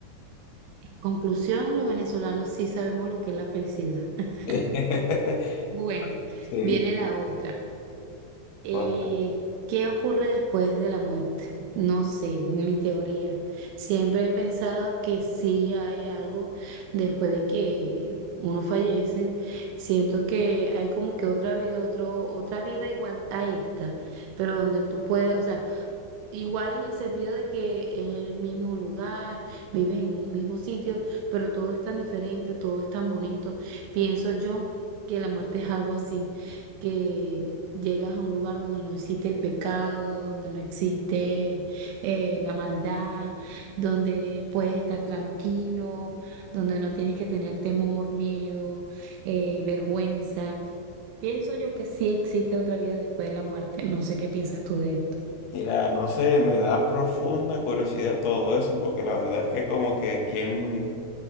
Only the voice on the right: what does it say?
conclusión, los venezolanos sí sabemos lo que es la felicidad. <laughs>
Bueno,
viene la otra. eh,
¿qué ocurre después de la muerte? No sé, mi teoría. Siempre he pensado que sí hay algo después de que uno fallece. Siento que hay como que otra vida, otro, otra vida igual a esta, pero donde tú puedes, o sea, Igual en el sentido de que es el mismo lugar, viven en un mismo sitio, pero todo es tan diferente, todo es tan bonito. Pienso yo que la muerte es algo así, que llegas a un lugar donde no existe el pecado, donde no existe eh, la maldad, donde puedes estar tranquilo, donde no tienes que tener temor, miedo, eh, vergüenza. Pienso yo que sí existe otra vida después de la muerte. No sé qué piensas tú de esto.